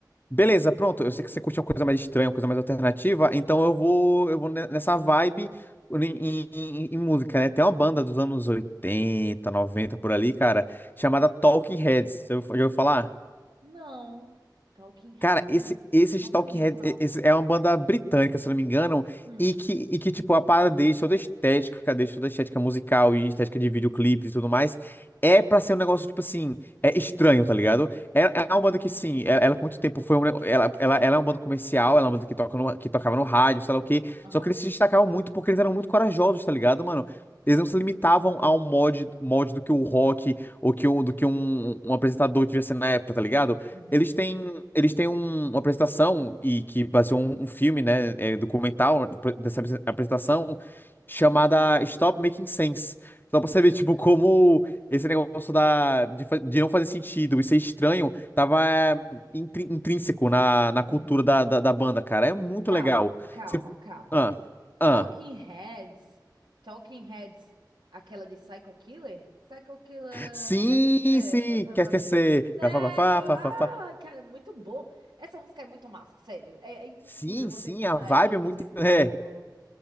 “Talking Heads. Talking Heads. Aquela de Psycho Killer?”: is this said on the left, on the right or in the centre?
Right